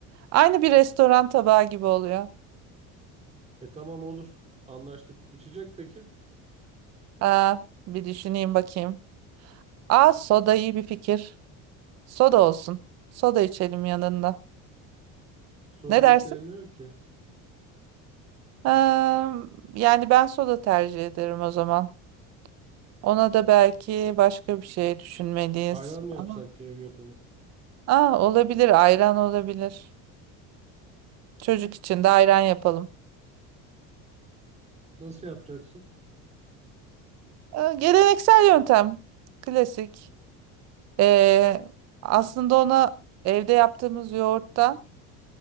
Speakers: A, on the right; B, on the right.
A: Aynı bir restoran tabağı gibi oluyor.
B: E tamam olur. Anlaştık. İçecek peki?
A: Aa, bir düşüneyim bakayım. Aa soda iyi bir fikir. Soda olsun. Soda içelim yanında.
B: Sodayı
A: Ne dersin?
B: sevmiyor ki.
A: Ee, yani ben soda tercih ederim o zaman. Ona da belki başka bir şey düşünmeliyiz.
B: Ayran mı yapsak
A: Ama
B: ki ev yapımı?
A: aa, olabilir ayran olabilir. Çocuk için de ayran yapalım.
B: Nasıl yapacaksın?
A: Ee, geleneksel yöntem. Klasik. Ee, aslında ona evde yaptığımız yoğurttan